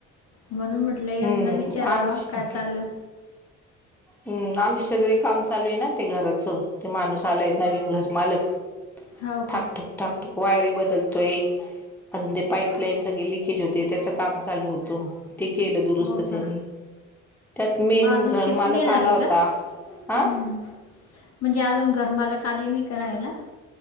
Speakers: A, on the left (about 45°); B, in the centre.
A: म्हणून म्हट लय यांना
B: हम्म
A: विचारावं
B: आमची
A: काय चाललं?.
B: हम् आमच्या शेजरी काम चालू आहे ना ते घराच ते माणूस आलाय नवीन घर मालक
A: हो
B: थक
A: का?
B: ठक ठाकटूक वायरी बदलतोय अजून ते पाईपलाईन सगळे लिकेज होते त्याच काम चालू होत ते केलं दुरुस्त
A: हो
B: त्यांनी
A: का?
B: त्यात मेन
A: मग अजून
B: घर
A: शिफ्ट
B: मालक
A: नाही
B: झाला
A: झाली
B: होता
A: का?
B: हा
A: हम्म म्हणजे अजून घर मला कालीनी करायला